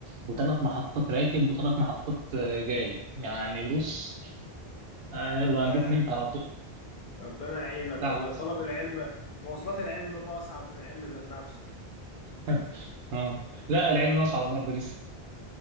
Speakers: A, on the right; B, on the left.
A: وثلاث محطات راكب وثلاث محطات آه، جاي يعني بص آه يلا
B: ياه
A: انا جيت نمت على طول
B: ربنا يعينك
A: تعب
B: والله
A: أقسم
B: طلب
A: بالله.
B: العلم مواصلات العلم بقى اصعب من العلم ذات نفسه
A: <laughs> اه لا العلم اصعب برضه لسه